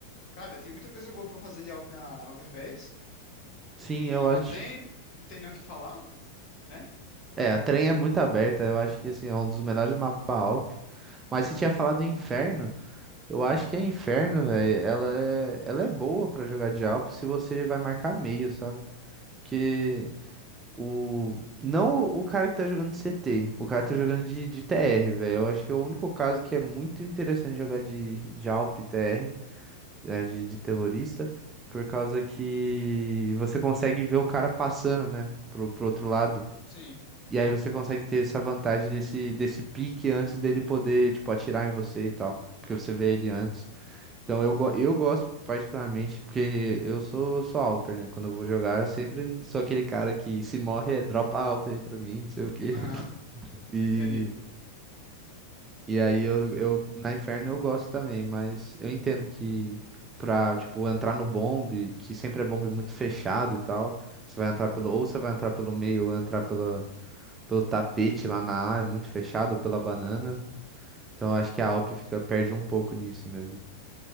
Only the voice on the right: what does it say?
Sim,
eu acho
É, a Trem é muito aberta, eu acho que assim, é um dos melhores mapas pra Alp. Mas você tinha falado em Inferno, eu acho que a Inferno, velho, ela é, ela é boa pra jogar de Alp se você vai marcar meio, sabe? Porque o. Não o cara que tá jogando de CT, o cara que tá jogando de, de TR, velho. Eu acho que é o único caso que é muito interessante jogar de, de Alp TR, né, de, de terrorista, por causa que você consegue ver o cara passando, né, pro, pro outro lado.
E aí você consegue ter essa vantagem desse, desse pique antes dele poder, tipo, atirar em você e tal. Porque você vê ele antes. Então eu, go- eu gosto particularmente, porque eu sou, sou Alper, né? Quando eu vou jogar, eu sempre sou aquele cara que se morre é dropa Alper aí pra mim, não sei o quê.
<laughs> E,
e aí eu, eu, na Inferno eu gosto também, mas eu entendo que pra, tipo, entrar no bombe, que sempre é bombe muito fechado e tal, você vai entrar pelo,
ou você vai entrar pelo meio, ou entrar pela pelo tapete lá na A, é muito fechado, ou pela banana. Então eu acho que a Alp fica, perde um pouco nisso mesmo.